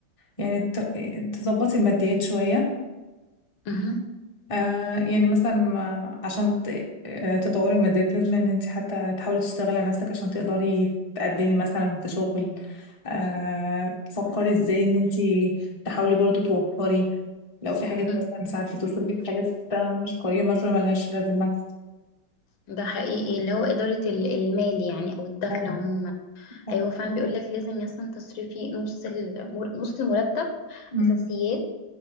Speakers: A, on the left; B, on the left.
A: يعني ت- تظبطي الماديات شوية
B: مهم.
A: آه يعني مثلا آه، عشان ت- آه، تطوري الماديات لازم ان انت حتى تحاولي تشتغلي على نفسك عشان تقدري تقدمي مثلا في شغل آه تفكري ازاي ان انت تحاولي برضو توفري لو في حاجات
B: مهم.
A: مثلا ساعات بتصرفي في حاجات آه، مش قيمة شوية ملهاش لازمة
B: ده حقيقي اللي هو إدارة ال- المال يعني أو الدخل
A: اه
B: عموما
A: صح
B: أيوة فعلا بيقولك لازم أصلا تصرفي نص المر... نص المرتب
A: مم.
B: أساسيات